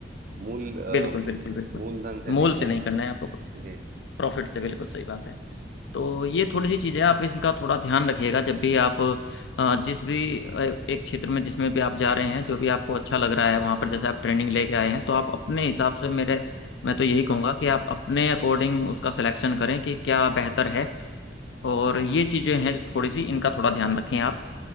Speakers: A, on the right; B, on the left.
A: मूल अ,
B: बिल्कुल बिल्कुल बिल्कुल
A: मूलधन से नहीं
B: मोल
A: करना
B: से नहीं करना है आपको
A: है जी
B: प्रॉफिट से बिल्कुल सही बात है तो ये थोड़ी सी चीज़ें आप इनका थोड़ा ध्यान रखिएगा जब भी आप अ, जिस भी अ, एक क्षेत्र में जिसमें भी आप जा रहे हैं जो भी आपको अच्छा लग रहा है वहाँ पर जैसे आप ट्रेनिंग लेके आए हैं तो आप अपने हिसाब से मेरे मैं तो यही कहूँगा कि आप अपने अकॉर्डिंग उसका सिलेक्शन करें कि क्या बेहतर है और ये चीज़ें हैं थोड़ी सी इनका थोड़ा ध्यान रखें आप